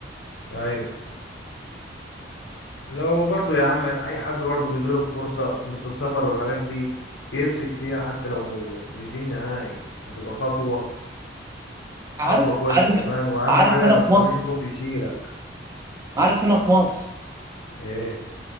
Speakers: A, on the left; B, on the right.
A: أيوه لو برضه يا عم أي حد برضه بيجيله فرصة فرصة السفر والحاجات دي يمسك فيها حتى لو مش دي النهاية هتبقى خطوة خطوة
B: عارف
A: كويسة
B: عارف
A: كمان وأهم
B: عارف
A: حاجة
B: هنا
A: ما
B: في
A: تخليش
B: مصر
A: الخوف يشيلك
B: عارف هنا في مصر
A: إيه